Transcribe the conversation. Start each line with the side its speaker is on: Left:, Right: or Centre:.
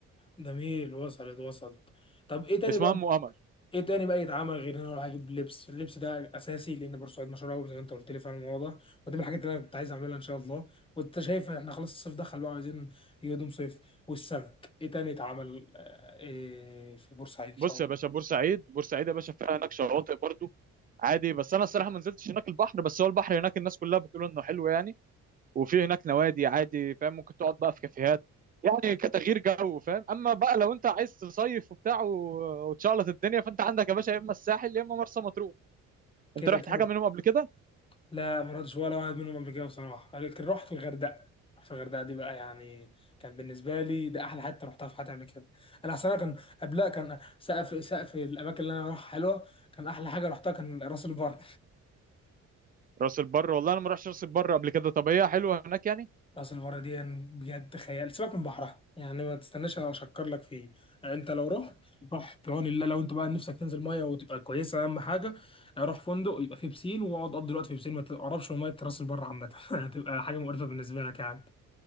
Left: جميل وصلت وصلت طب ايه تاني
Right: اسمها
Left: بقى
Right: ام امل
Left: ايه تاني بقى يتعمل غير ان انا اروح اجيب لبس اللبس ده اساسي لان بورسعيد مشهور قوي زي ما انت قلت لي فعلا الموضوع ده ودي من الحاجات اللي انا كنت عايز اعملها ان شاء الله وانت شايف احنا خلاص الصيف دخل بقى عايزين نجيب هدوم صيف والسمك ايه تاني يتعمل آه، إيه في بورسعيد ان
Right: بص
Left: شاء الله
Right: يا باشا بورسعيد بورسعيد يا باشا فيها هناك شواطئ برضه عادي بس انا الصراحه ما نزلتش هناك البحر بس هو البحر هناك الناس كلها بتقول انه حلو يعني وفي هناك نوادي عادي فاهم ممكن تقعد بقى في كافيهات يعني كتغيير جو فاهم اما بقى لو انت عايز تصيف وبتاع و- وتشعلط الدنيا فانت عندك يا باشا يا اما الساحل يا اما مرسى مطروح
Left: كده
Right: انت رحت
Left: كده
Right: حاجه منهم قبل كده
Left: لا ما رحتش ولا واحد منهم قبل كده بصراحه لكن رحت في الغردقه رحت في الغردقه دي بقى يعني كان بالنسبه لي ده احلى حته رحتها في حياتي قبل كده انا اصلا كان قبلها كان سقف سقف الاماكن اللي انا اروحها حلوه كان احلى حاجه رحتها كان راس البر
Right: راس البر والله انا ما رحتش راس البر قبل كده طب هي حلوه هناك يعني
Left: راس البر دي يعني بجد خيال سيبك من بحرها يعني ما تستناش اشكر لك فيه يعني انت لو رحت روح بعون الله لو انت بقى نفسك تنزل ميه وتبقى كويسه اهم حاجه روح فندق يبقى فيه بسين واقعد قضي الوقت في بسين ما تقربش من ميه راس البر عامه <laughs> هتبقى حاجه مقرفه بالنسبه لك يعني